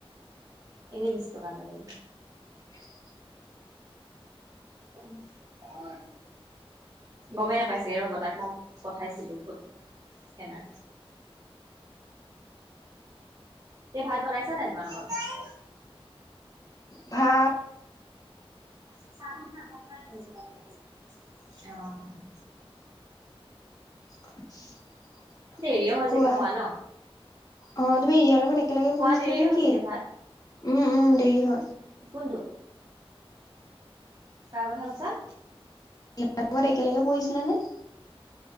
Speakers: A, on the right; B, on the left.
A: এনেই বিছ টকা এটা গল
B: উ
A: ভ নাই গমেই নাপাইছেগে ৰ'ব তাক মই পঠাইছিলো ফুত কেনে তে ভাত বনাইছা নাই তোমালোকৰ
B: ভা
A: চাহ অ
B: <unintelligible>
A: দেৰিয়ো হয়
B: কোৱা
A: চাগে খোৱা ন
B: অ তুমি ইয়াৰ লগত একেলগে
A: খোৱা
B: পঢ়িছিলা
A: দেৰিয়ে
B: নেকি
A: হয় চাগে ভাত,
B: উম উম দেৰি হয়
A: কোনটো কাৰ কথা কৈছা
B: ইয়াৰ লগত একেলগে পঢ়িছিলা নে